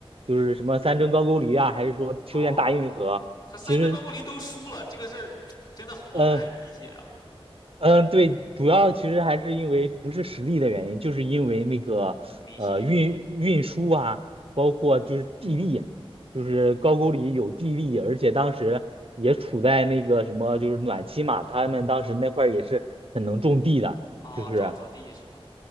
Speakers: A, on the right; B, on the left.
A: 就是什么三征高句丽啊，还是说修建大运河，
B: 哦，他三征高句丽都输了，
A: 其实。
B: 这个事儿 <tsk> 真的好难理解啊，
A: 呃，嗯，对，主要其实还是因为不是实力的原因，就是因为那个呃运运输啊，
B: 民心。
A: 包括就是地利啊就是高句丽有地利，而且当时也处在那个什么就是暖期嘛，他们当时那块儿也是很能种地的，
B: 哦，
A: 就是。
B: 沼泽地是吗？